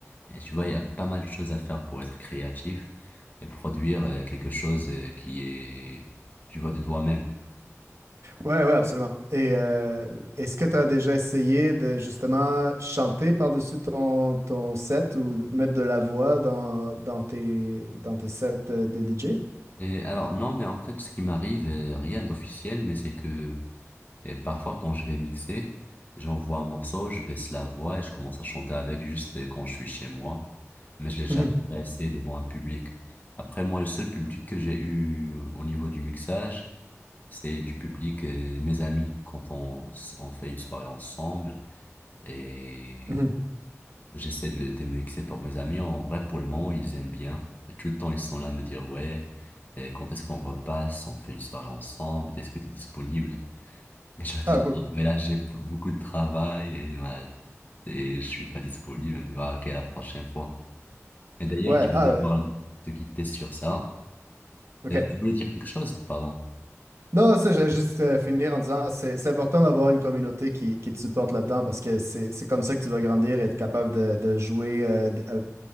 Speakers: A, on the left (about 35°); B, on the right (about 65°).
A: Et tu vois, il y a pas mal de choses à faire pour être créatif et produire euh, quelque chose euh, qui est, tu vois, de toi-même.
B: Ouais, ouais, absolument. Et euh, est-ce que tu as déjà essayé de justement chanter par-dessus ton, ton set ou mettre de la voix dans, dans tes, dans tes sets euh, de DJ?
A: Et alors, non, mais en fait, ce qui m'arrive, euh, rien d'officiel, mais c'est que euh, parfois, quand je vais mixer, j'envoie un morceau, je baisse la voix et je commence à chanter avec juste euh, quand je suis chez moi. Mais je l'ai jamais
B: Mhm,
A: essayé devant un public. Après, moi, le seul public que j'ai eu euh, au niveau du mixage, c'est du public, euh, mes amis, quand on, s- on fait une soirée ensemble. Et
B: mhm.
A: J'essaie de, le- de me mixer pour mes amis. En vrai, pour le moment, ils aiment bien. Et tout le temps, ils sont là à me dire, ouais, et quand est-ce qu'on repasse? On fait une soirée ensemble? Est-ce que tu es disponible? Et je leur dis,
B: Ah,
A: non,
B: cool.
A: mais là, j'ai beaucoup de travail et, voilà, et je suis pas disponible. On dit, ah, ok, la prochaine fois. Et d'ailleurs,
B: Ouais,
A: je vais
B: ah,
A: devoir
B: ouais,
A: te quitter sur ça.
B: ok.
A: Euh, tu voulais dire quelque chose? Pardon.
B: Non, ça, j'allais juste euh, finir en disant, c'est, c'est important d'avoir une communauté qui, qui te supporte là-dedans parce que c'est, c'est comme ça que tu vas grandir et être capable de, de jouer, euh, d- euh,